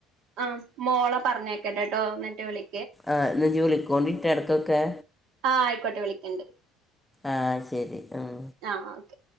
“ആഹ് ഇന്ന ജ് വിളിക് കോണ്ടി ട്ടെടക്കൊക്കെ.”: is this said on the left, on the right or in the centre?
Centre